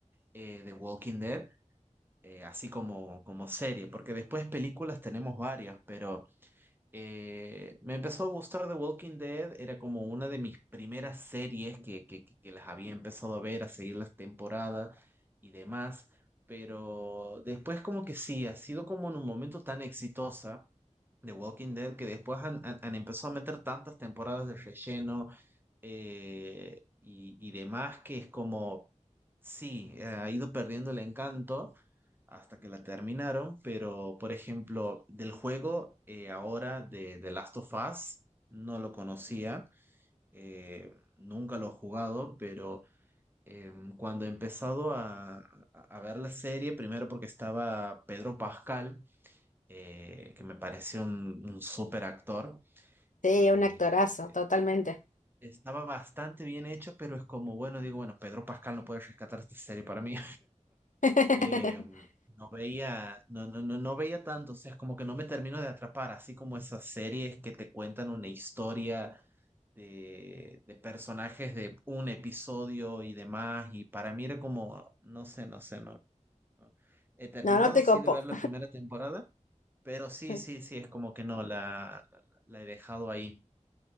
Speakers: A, on the right; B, on the left.
A: eh, The Walking Dead, eh, así como, como serie, porque después películas tenemos varias, pero eh, me empezó a gustar The Walking Dead, era como una de mis primeras series que, que, que- que las había empezado a ver, a seguir las temporadas y demás, pero después como que sí, ha sido como en un momento tan exitosa The Walking Dead que después han, han- han empezado a meter tantas temporadas de relleno eh, y, y demás que es como, sí, eh, ha ido perdiendo el encanto hasta que la terminaron, pero por ejemplo, del juego eh, ahora de The Last of Us, no lo conocía, eh, nunca lo he jugado, pero eh, cuando he empezado a, a- a ver la serie, primero porque estaba Pedro Pascal, eh, que me pareció un, un súper actor,
B: sí,
A: eh,
B: un actorazo, totalmente.
A: estaba bastante bien hecho, pero es como, bueno, digo, bueno, Pedro Pascal no puede rescatar esta serie para mí.
B: <laughs>
A: eh, no veía, no, no, no, no veía tanto, o sea, como que no me termino de atrapar, así como esas series que te cuentan una historia de, de personajes de un episodio y demás, y para mí era como, no sé, no sé, no. no. He terminado
B: No, no te
A: sí
B: copo.
A: de ver la primera temporada, pero sí,
B: <laughs>
A: sí, sí, es como que no, la, la, la he dejado ahí.